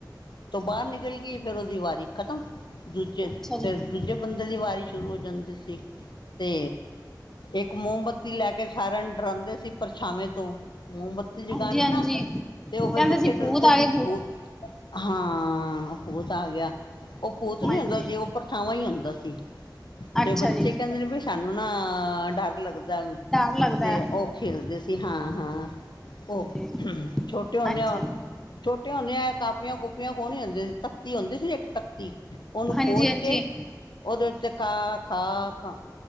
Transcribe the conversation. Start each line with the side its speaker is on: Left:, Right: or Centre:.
Left: ਤੋਂ ਬਾਹਰ ਨਿਕਲ ਗਈ ਫਿਰ ਉਹਦੀ ਵਾਰੀ ਖ਼ਤਮ। ਦੂਜੇ,
Centre: ਅੱਛਾ ਜੀ
Left: ਫਿਰ ਦੂਜੇ ਬੰਦੇ ਦੀ ਵਾਰੀ ਸ਼ੁਰੂ ਹੋ ਜਾਂਦੀ ਸੀ। ਤੇ ਇੱਕ ਇੱਕ ਮੋਮਬੱਤੀ ਲੈ ਕੇ ਸਾਰਿਆਂ ਨੂੰ ਡਰਾਉਂਦੇ ਸੀ, ਪਰਛਾਵੇਂ ਤੋਂ। ਮੋਮਬੱਤੀ
Centre: ਹਾਂਜੀ
Left: ਨੀ-ਨਾ।
Centre: ਹਾਂਜੀ
Left: ਤੇ ਉਹ
Centre: ਕਹਿੰਦੇ
Left: ਫਿਰ ਬੱਚੇ
Centre: ਸੀ
Left: ਡਰਦੇ
Centre: ਭੂਤ ਆ
Left: ਸੀ
Centre: ਗਏ
Left: ਭੂਤ ਹਾਂ। ਉਹ ਤਾਂ ਆ ਗਿਆ ਉਹ ਭੂਤ ਨੀ
Centre: ਹਾਂਜੀ
Left: ਹੁੰਦਾ ਸੀ। ਉਹ ਪਰਛਾਵਾਂ ਹੀ ਹੁੰਦਾ ਸੀ,
Centre: ਅੱਛਾ
Left: ਤੇ ਬੱਚੇ
Centre: ਜੀ
Left: ਕਹਿੰਦੇ ਨੇ ਵੀ ਸਾਨ ਨੂੰ ਨਾ ਡਰ ਲੱਗਦਾ।
Centre: ਡਰ ਲੱਗਦਾ
Left: ਤੇ
Centre: ਹੈ
Left: ਉਹ ਖੇਲਦੇ ਸੀ, ਹਾਂ-ਹਾਂ।
Centre: ਅੱਛਾ
Left: ਉਹ।
Centre: ਜੀ
Left: ਛੋਟੇ ਹੁੰਦੇਆ
Centre: ਅੱਛਾ ਜੀ
Left: ਛੋਟੇ ਹੁੰਦੇ ਆ ਕਾਪੀਆਂ-ਕੁੱਪੀਆਂ ਕੌਣ ਹੀ ਹੁੰਦੇ ਸੀ। ਤਾਂ ਤਖਤੀ ਹੁੰਦੀ ਸੀ ਇੱਕ ਤਖਤੀ। ਉਹਨੂੰ
Centre: ਹਾਂਜੀ
Left: ਪੋਚ
Centre: ਹਾਂਜੀ
Left: ਕੇ ਉਹਦੇ ਉੱਤੇ ਕ, ਖ, ਗ